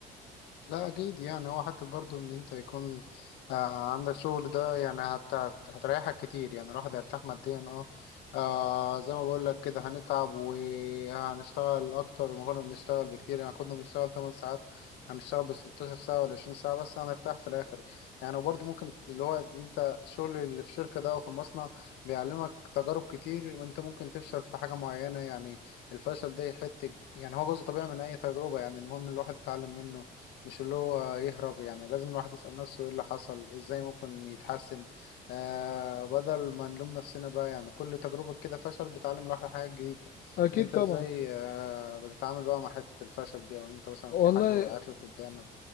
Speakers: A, on the left (about 85°); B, on the left (about 60°).
A: لا اكيد يعني هو حتى برضو ان انت يكون آه عندك شغل ده يعني هت... هت- هتريحك كتير يعني الواحد هيرتاح ماديا اه آه، زي ما بقول لك كده هنتعب وهنشتغل اكتر ما كنا بنشتغل بكتير يعني كنا بنشتغل 8 ساعات هنشتغل ب 16 ساعة ولا 20 ساعة بس هنرتاح في الاخر يعني وبرضو ممكن اللي هو انت الشغل اللي في الشركة ده او في المصنع بيعلمك تجارب كتير انت ممكن تفشل في حاجة معينة يعني الفشل ده يحتك يعني هو جزء طبيعي من اي تجربة يعني المهم الواحد يتعلم منه مش اللي هو يهرب يعني لازم الواحد يسأل نفسه ايه اللي حصل ازاي ممكن يتحسن آه بدل ما نلوم نفسنا بقى يعني كل تجربة كده فشل بتعلم الواحد حاجة جديدة
B: اكيد
A: انت
B: طبعا
A: ازاي آه بتتعامل بقى مع حتة الفشل دي او ان انت مثلا
B: والله
A: في حاجة وقعت لك قدامك